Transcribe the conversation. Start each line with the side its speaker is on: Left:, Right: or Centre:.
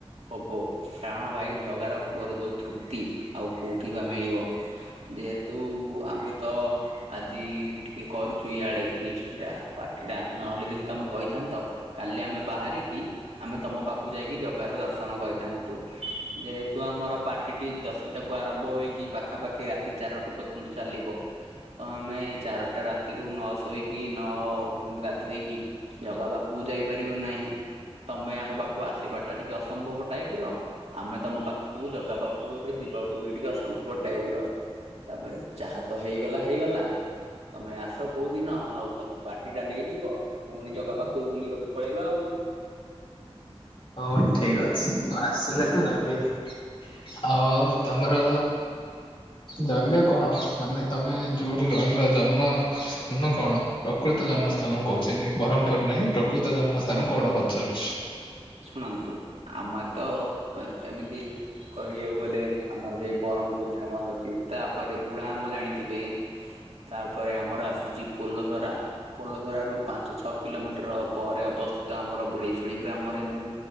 Right: ଭୋଗ କାରଣ ଭାଇ ଜଗାର ଭୋଗରେ ଯୋଉ ତୃପ୍ତି ଆଉ କୋଉଠି ବା ମିଳିବ? ଯେହେତୁ ଆମେ ତ ଆଜି ଟିକେ କରୁଛୁ ଇଆଡ଼େ ଫିଷ୍ଟଟା ପାର୍ଟିଟା ନହେଲେ ଯଦି ତମେ କହିଥାନ୍ତ କାଲି ଆମେ ବାହାରିକି ଆମେ ତମ ପାଖକୁ ଯାଇକି ଜଗା ର ଦର୍ଶନ କରିଥାନ୍ତୁ। ଯେହେତୁ ଆମର ପାର୍ଟିଟି ଦଶୁଟାକୁ ଆରମ୍ଭ ହୋଇକି ପାଖାପାଖି ରାତି ଚାରୋଟି ପ ଚାଲିବ ତ ଆମେ ଚାରୋଟା ରା ତିରୁ ନ ଶୋଇକି ନ ଗାଧୋଇକି ଜଗା ପାଖକୁ ଯାଇପାରିବୁ ନାହିଁ। ତମେ ଆମ ପାଖକୁ ଆସିବା ଟା ଟିକେ ଅସମ୍ଭବ ଟାଇପ ର। ଆମେ ତମ ପାଖକୁ ଜଗା ପାଖକୁ ଏବେ ଯିବାକୁ ବି ଟିକେ ଅସମ୍ଭବ ଟାଇପ ର। ତାପରେ ଯାହା ତ ହେଇଗଲା ହେଇଗଲା ତମେ ଆସ ତ କୋଉ ଦିନ ଆଉ ତମେ ପାଟି ଟା ନେଇଯିବ ପୁଣି ଜଗା ପାଖୁକୁ ବୁଲିବାକୁ ପଳେଇବା ଆଉ।
Left: ହଁ ଠିକ ଅଛି ମୁଁ ଆସିଲେ ତ ନେବିନି ଆଉ ତମର ଜାଗା କଣ ମାନେ ତମେ ଯୋଉଠି ରହିଲ ଜନ୍ମ ସ୍ଥାନ କଣ? ପ୍ରକୃତ ଜନ୍ମସ୍ଥାନ କହୁଛନ୍ତି ବରମପୁର ନାଇଁ ପ୍ରକୃତ ଜନ୍ମସ୍ଥାନ କୋଉଟା ପଚାରୁଚି?
Right: ଶୁଣନ୍ତୁ ଆମେ ତ ଏମିତି କହିବାକୁ ଗଲେ ଆମର ସେଇ ବରମପୁର ଫେମସ ଅଛି ତାପରେ ବୁଢା ଆମ୍ବ ଜାଣିଥିବେ ତାପରେ ଆମର ଆସୁଚି ପୋଲ ଧରା। ପୋଲଧରା ରୁ ପାଞ୍ଚ ଛଅ କିଲୋମିଟର ପରେ ଅବସ୍ଥିତ ଆମର ବୁଢେଇ ଶୁଣି ବି ଗ୍ରାମରେ ମୁଁ